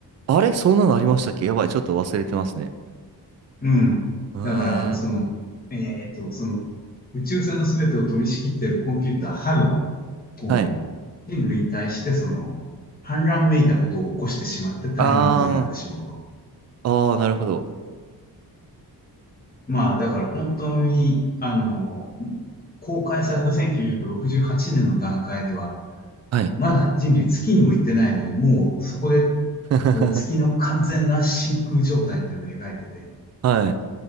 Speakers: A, on the right; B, on the left.
A: あれそんなのありましたっけやばい。ちょっと忘れてますね。
B: うん。
A: へえー。
B: だから、その、えっと、その、宇宙船の全てを取り仕切ってるコンピューター、ハルが、こう、
A: はい。
B: 人類に対して、その、反乱めいたことを起こしてしまって大変なことになってしまうと。
A: あー、あー、なるほど。
B: まあ、だから本当に、あの、公開された1968年の段階では、
A: はい。
B: まだ人類月にも行ってないのに、もうそこで、
A: <laughs>
B: こう、月の完全な真空状態っていうのを描いてて、
A: はい。